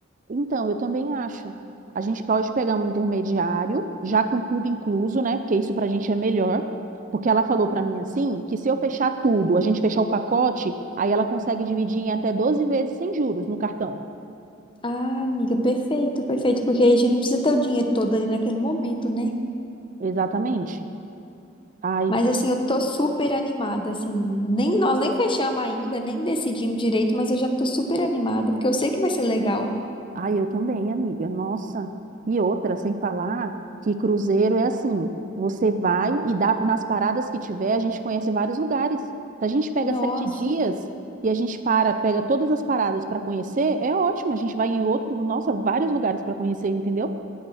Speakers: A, on the right; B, on the left.
A: Então, eu também acho. A gente pode pegar um intermediário, já com tudo incluso, né? Porque isso pra gente é melhor. Porque ela falou pra mim assim, que se eu fechar tudo, a gente fechar o pacote, aí ela consegue dividir em até 12 vezes sem juros no cartão.
B: Ah, amiga, perfeito, perfeito. Porque aí a gente não precisa ter o dinheiro todo ali naquele momento, né?
A: Exatamente. Ai,
B: Mas assim, eu tô super animada, assim. Nem nós nem fechamos ainda, nem decidimos direito, mas eu já tô super animada, porque eu sei que vai ser legal.
A: Ai, eu também, amiga. Nossa. E outra, sem falar que cruzeiro é assim, você vai e dá nas paradas que tiver, a gente conhece vários lugares. Se a gente pega
B: Nossa.
A: sete dias e a gente para, pega todas as paradas para conhecer, é ótimo. A gente vai em outro, nossa, vários lugares para conhecer, entendeu?